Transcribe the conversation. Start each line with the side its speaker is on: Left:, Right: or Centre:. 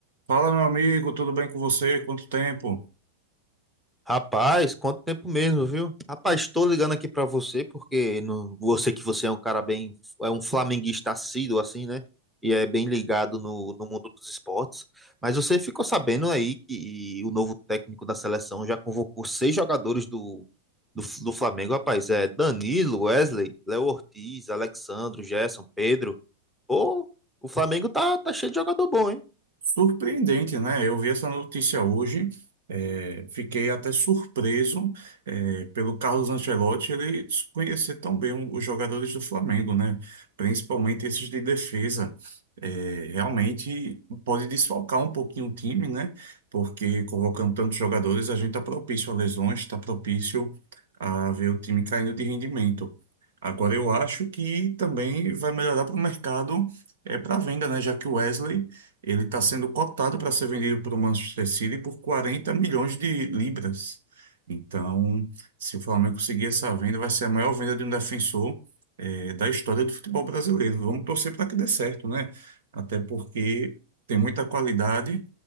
Right: Fala, meu amigo, tudo bem com você? Quanto tempo?
Centre: Rapaz, quanto tempo mesmo, viu? Rapaz, estou ligando aqui pra você porque no- você que você é um cara bem, é um flamenguista assíduo assim, né? E é bem ligado no, no mundo dos esportes. Mas você ficou sabendo aí que o novo técnico da seleção já convocou seis jogadores do, do, do Flamengo, rapaz. É Danilo, Wesley, Léo Ortiz, Alexandro, Gerson, Pedro. Pô, o Flamengo tá, tá cheio de jogador bom, hein?
Right: Surpreendente, né? Eu vi essa notícia hoje, eh, fiquei até surpreso, eh, pelo Carlos Ancelotti ele conhecer tão bem o- os jogadores do Flamengo, né? Principalmente esses de defesa. Eh, realmente pode desfalcar um pouquinho o time, né? Porque convocando tantos jogadores, a gente está propício a lesões, está propício a ver o time caindo de rendimento. Agora eu acho que também vai melhorar para o mercado, é para venda, né? Já que o Wesley. Ele está sendo cotado para ser vendido para o Manchester City por 40 milhões de libras. Então, se o Flamengo conseguir essa venda, vai ser a maior venda de um defensor, eh, da história do futebol brasileiro. Vamos torcer para que dê certo, né? Até porque tem muita qualidade.